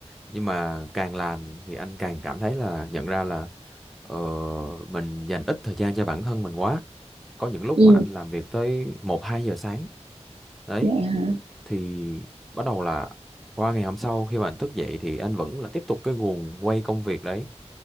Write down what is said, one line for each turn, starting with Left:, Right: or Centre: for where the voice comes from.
Centre: Nhưng mà càng làm thì anh càng cảm thấy là nhận ra là ờ, mình dành ít thời gian cho bản thân mình quá. Có những lúc
Right: Ừ,
Centre: mà anh làm việc tới một hai giờ sáng. Đấy,
Right: vậy hả?
Centre: thì bắt đầu là qua ngày hôm sau khi mà anh thức dậy thì anh vẫn là tiếp tục cái guồng quay công việc đấy